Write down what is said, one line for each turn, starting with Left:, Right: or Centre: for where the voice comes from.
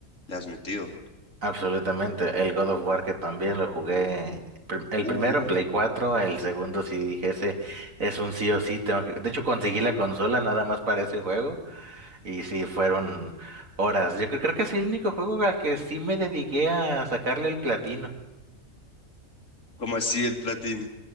Left: le has metido.
Right: Absolutamente. El God of War que también lo jugué. prim- El
Left: Uh,
Right: primero en Play cuatro el segundo sí dije ese es un sí o sí. Tengo que... De hecho conseguí la consola nada más para ese juego Y sí, fueron horas. Yo cre- creo que es el único juego al que sí me dediqué a sacarle el platino.
Left: ¿cómo así el platino?